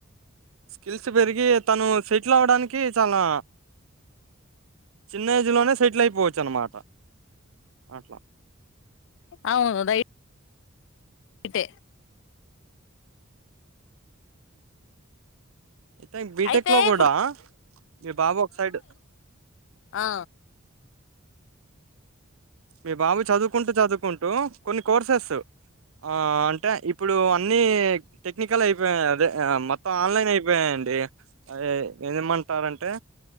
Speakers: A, on the right; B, on the left.
A: స్కిల్స్ పెరిగి తను సెటిల్ అవడానికి చాలా చిన్నేజ్ లోనే సెటిల్ అయిపోవచ్చు అనమాట అట్ల
B: అవునుద <inaudible> తేే
A: యితే బీటెక్
B: అయితే
A: లో కూడా
B: ఇప్పుడు
A: మి బాబోక్సైడ్
B: ఆ
A: మీ బాబు చదువుకుంటూ చదువుకుంటూ కొన్ని కోర్సెస్ ఆ అంటే ఇప్పుడు అన్నీ టెక్నికల్ అయిపోయాయి అదే మొత్తం ఆన్లైన్ అయిపోయాయండి అదే ఏమంటారంటే